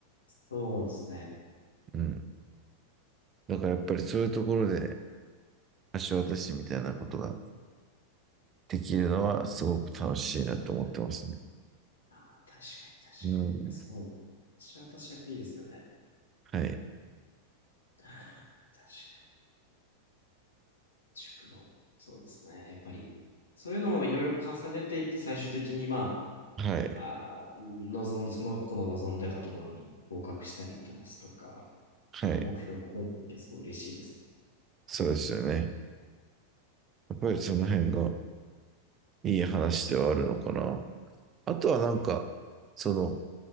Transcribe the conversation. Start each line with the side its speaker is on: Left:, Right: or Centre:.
Left: そうですね。
Right: うん。だからやっぱりそういうところで橋渡しみたいなことができるのはすごく楽しいなと思ってますね。
Left: ああ、確かに確かに。
Right: うん。
Left: そうそう。シャータシャクいいですよね。
Right: はい。
Left: 確かに。塾の。そうですね。やっぱり。そういうのをいろいろ重ねていって、最終的に、ま
Right: はい。
Left: あ、あー望ん、その子の望んでたところに合格したりとかすとか、
Right: はい。
Left: 目標に超えた時はすごい嬉しいですね。
Right: そうですよね。やっぱりその辺がいい話ではあるのかな。あとはなんか、
Left: うん
Right: その、